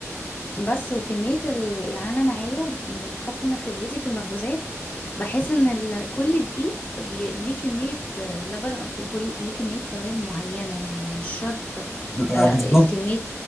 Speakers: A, on the left; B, in the centre.
A: بس وكمية ال... يعني أنا معايا من حكم خبرتي في المخبوزات بحس إن ال... كل دقيق بي... ليه كمية آه، لبن أو ك- كل ليه كمية سوائل معينة يعني مش شرط
B: ب- آه،
A: آه
B: بالظبط
A: الكمية